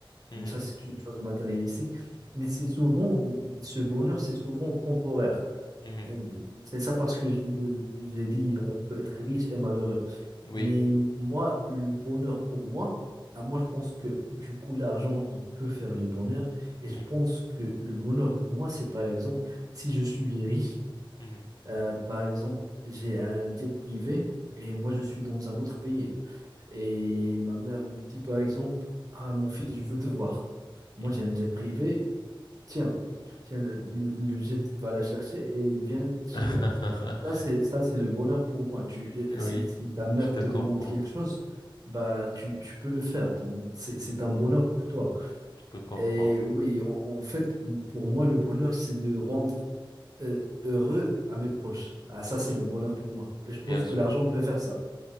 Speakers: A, on the left (about 55°); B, on the right (about 45°).
A: mhm,
B: Donc ça, c'est une chose matérialistique. Mais c'est souvent, ce bonheur, c'est souvent temporaire.
A: mhm,
B: Euh, C'est ça parce que je- je- j'ai dit, on peut être riche et malheureux.
A: mhm.
B: Mais
A: Oui.
B: moi, le bonheur pour moi, ah, moi je pense que du coup l'argent, il peut faire le bonheur. Et
A: Mhm,
B: je pense que le bonheur pour moi, c'est par exemple, si je suis riche,
A: mhm,
B: euh, par exemple, j'ai un jet privé et moi je suis dans un autre pays. Et ma mère me dit par exemple, ah mon fils, je veux te voir. Moi
A: mhm,
B: j'ai
A: mhm.
B: un jet privé, tiens, tiens, le, il- le jet va la chercher et il vient chez
A: <laughs>
B: moi. Ça, c'est, ça, c'est le bonheur pour moi. Tu, euh,
A: Oui,
B: euh, si, si ta mère
A: je te
B: te
A: comprends,
B: demande quelque chose, bah, tu, tu peux le faire. Donc, c'est, c'est un bonheur pour toi.
A: je te comprends.
B: Et oui, en, en fait, pour moi, le bonheur, c'est de rendre euh, heureux à mes proches. Ah, ça, c'est
A: Mhm,
B: le bonheur pour moi. Et je
A: Bien
B: pense
A: sûr.
B: que l'argent peut faire ça.